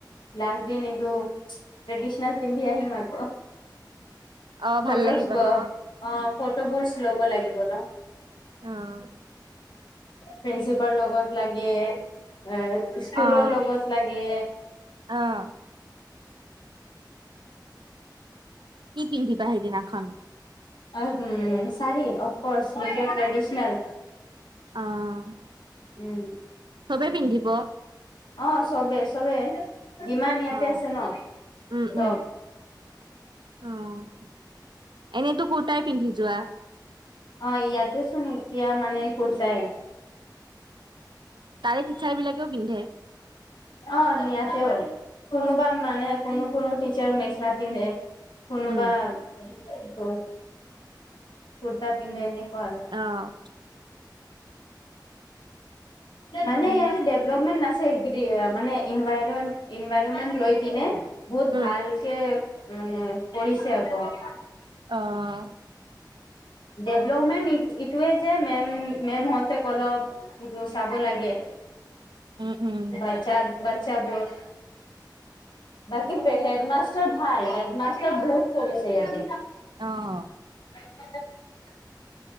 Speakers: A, on the left; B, on the right.
A: লাষ্ট দিন এইটো ট্ৰেডিচনেল পিন্ধি আহিম আক।
B: অ ভাল
A: ফটোছ্
B: লাগিব ন
A: অ ফটোবোৰচ ল'ব লাগিব ন। অ',
B: অ',
A: প্ৰিন্সিপাল লগত লাগে, এ স্কুলৰ
B: অ',
A: লগত লাগে।
B: অ'। কি পিন্ধিবা সেইদিনাখন?
A: অ', শাৰী অফ ক'ৰ্চ নিজৰ ট্ৰেডিচনেল।
B: অ',
A: উম
B: চবে পিন্ধিব।
A: অ', চবেই চবে, যিমান ইয়াতে
B: অ',
A: আছে ন
B: উম,
A: চব।
B: উম, অ', এনেইতো কুৰ্তাই পিন্ধি যোৱা।
A: অ', ইয়াতে চোন এতিয়া মানে কুৰ্তাই
B: তাৰে টিচাৰ বিলাকেও পিন্ধে।
A: অ', নিয়াতেও। কোনোব মানে কোনো কোনো টিচাৰ মেখেলা পিন্ধে। কোনোবা
B: উম,
A: এইটো কুৰ্তা পিন্ধে এনেকুৱা আৰু।
B: অ'। ঠিকে।
A: মানে ইয়াতে ডেভ্লমেণ্ট না সেই গতিকে মানে ইনভাইৰ ইনভাইৰমেন্ট লৈ কিনে বহুত
B: উম,
A: ভালকে মানে কৰিছে আক
B: অ'।
A: ডেভেলপমেণ্ট এইটোৱে যে মে'ম মে'ম হতেক অলপ সেইটো চাব লাগে,
B: উম, উম,
A: বাছা বাচ্ছাবোৰ।
B: <inaudible>
A: বাকী হেডমাষ্টাৰ ভাল, হেডমাষ্টাৰ বহুত কৰিছে ইয়াতে।
B: অ'।
A: <unintelligible>